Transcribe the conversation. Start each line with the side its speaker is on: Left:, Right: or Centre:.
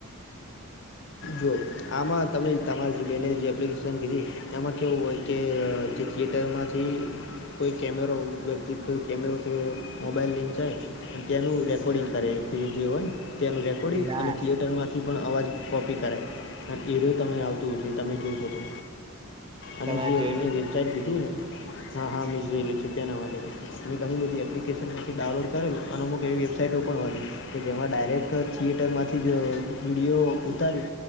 Left: જો આમાં તમે તમારી જે બેને જે એપ્લિકેશન કીધી એમાં કેવું હોય કે, જે થિયેટરમાંથી કોઈ કેમેરો વ્યક્તિ કો કેમેરો કે મોબાઈલ લિંક થાય અને તેનું રેકોર્ડિંગ કરે જે હોય ને. ત્યાનું રેકોર્ડિંગ
Right: ના
Left: અને થિયેટરમાંથી થી પણ અવાજ કોપી કરે. રો તમે આવતું તમે જોશો તો. અને
Right: તમે
Left: જે
Right: જોયેલું
Left: અમે
Right: છે
Left: વેબસાાઈટ કીધી ને હા હા મેં જોયેલ છે તેના માટે મેં ઘણી બધી એપ્લિકેશનમાંથી ડાઉનલોડ કરેલું અને અમુક એવી વેબસાઈટો પણ હતી કે જેમાં ડાયરેક્ટ થિયેટરમાંથી જ વિડીયો ઉતારી